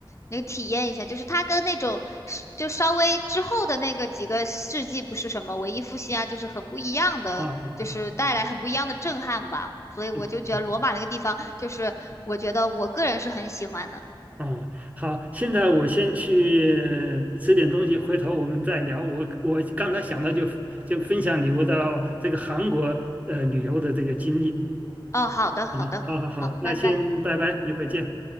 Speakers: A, on the left; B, on the right.
A: 你体验一下，就是它跟那种是就稍微之后的那个几个世纪不是什么文艺复兴啊，就是很不一样的，
B: 啊啊啊，
A: 就是带来很不一样的震撼吧。所以我就觉得罗马那个地方，
B: 对，嗯
A: 就是我觉得我个人是很喜欢的。
B: 啊，好，现在我先去吃点东西，回头我们再聊。我我刚才想到就就分享你我到这个韩国呃旅游的这个经历，
A: 哦，好的，好的，
B: 好吗？好好好，
A: 好，
B: 那先拜拜，
A: 拜拜。
B: 一会儿见。